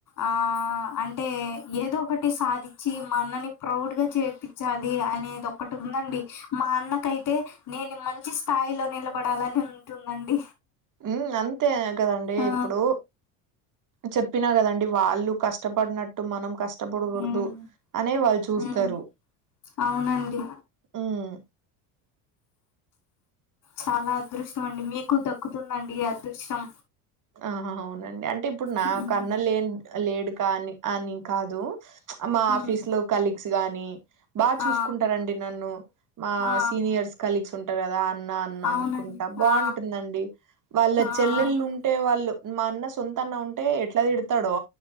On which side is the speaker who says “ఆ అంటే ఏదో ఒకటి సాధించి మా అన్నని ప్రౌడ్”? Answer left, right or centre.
Left